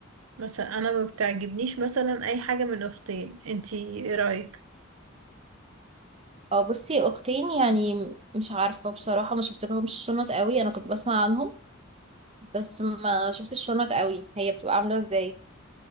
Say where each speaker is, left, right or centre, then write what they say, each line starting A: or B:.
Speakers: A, on the right; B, on the right.
A: بس انا ما بتعجبنيش مثلا اي حاجه من اختين انتي ايه رايك
B: اه بصي اختين يعني مش عارفه بصراحه ما شفت لهمش شنط قوي انا كنت بسمع عنهم بس ما شفتش الشنط قوي هي بتبقى عاملة ازاي